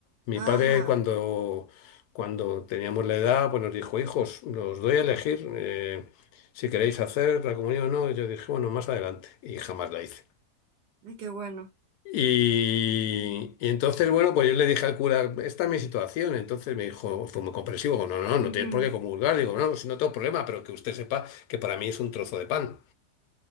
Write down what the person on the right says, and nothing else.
Ajá.
Ay, qué bueno.
Ujú,